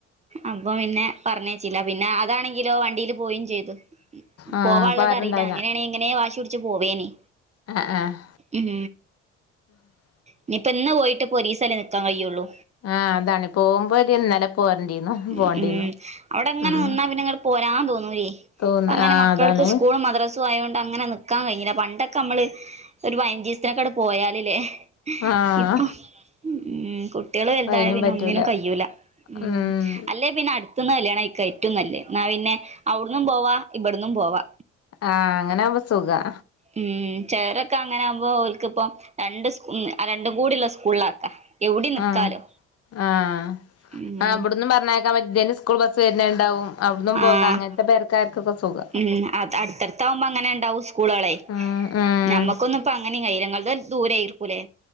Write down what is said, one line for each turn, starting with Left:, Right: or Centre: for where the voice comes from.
Right: അപ്പൊ പിന്നെ പറഞ്ഞേച്ചില്ല പിന്നെ അതാണെങ്കിലോ വണ്ടീല് പോയിം ചെയ്ത്.
Left: ആഹ്
Right: പോവാള്ളത്
Left: അപ്പൊ ആരുണ്ടാവില്ല
Right: അറീല അങ്ങനേണെ എങ്ങനെ വാശി പുടിച്ച് പോവേനി.
Left: ആഹ് ആഹ്
Right: ഉം ഇനിയിപ്പോ ഇന്ന് പോയിട്ട് പ്പൊ ഒരീസം ല്ലേ നിക്കാൻ കഴൊള്ളൂ.
Left: ആഹ് അതാണ് പോകുമ്പോ ഒരു ഇന്നലെ പോരെണ്ടിന്നു
Right: ഉം
Left: പോണ്ടിന്നു
Right: ഉം അവിടെ അങ്ങനെ
Left: ഉം.
Right: നിന്നാ പിന്നെ ഇങ്ങട് പോരാൻ തോന്നൂല്ലേ
Left: തോന്ന്
Right: ഇപ്പ അങ്ങനെ
Left: ആഹ്
Right: മക്കൾക്ക്
Left: അതാണ്
Right: സ്കൂൾ മദ്ര സ്സുആയോണ്ട് അങ്ങനെ നിക്കാൻ കഴില പണ്ടൊക്കെ നമ്മള്. ഒരു പൈഞ്ചീസത്തിനൊക്കെ അട് പോയാല് ലെ
Left: ആഹ്
Right: ഇപ്പൊ ഉം കു കുട്ടിയാൾ വലുതായ
Left: അപ്പ അയിനും
Right: പിന്നെ
Left: പറ്റൂല
Right: ഒന്നിനും കയൂല്ല ഉ
Left: ഉം
Right: അല്ലേ പിന്നെ അടുത്ത്ന്ന് കല്യാണം കഴി ക്ക ഏറ്റവും നല്ലേ ഇന്നാ പിന്നെ അവിടന്നും പോവാ ഇബടന്നും പോവാ.
Left: ആഹ് അങ്ങനാവുമ്പോ സുഖാ
Right: ഉം ചേറൊക്കെ അങ്ങനെ ആവുംമ്പോ ഓൽക്ക്പ്പം. രണ്ട് ഉം രണ്ടും കൂടെള്ള സ്കൂളിലാക്കാ എവിടെ നിക്കാലോ
Left: ആഹ് ആഹ്
Right: ഉം
Left: ആ അവിട്ന്നും പറഞ്ഞേക്കാൻ മറ്റെ സ്കൂൾ ബസ്സ് വരണെണ്ടാവും.. അവിട്ന്നും പോകാം
Right: ആഹ്
Left: അങ്ങനത്തെ പേർക്കാർക്കൊക്കെ സുഖാ
Right: ഉം അത് അടുത്തടുത്താവുമ്പോ അങ്ങനെ ഉണ്ടാവും സ്കൂളുകളെ
Left: ഉം ഉം
Right: നമ്മക്കൊന്നും ഇപ്പ അങ്ങനെയും കൈയില അങ്ങളദ് ദൂരയായിർരിക്കില്ലേ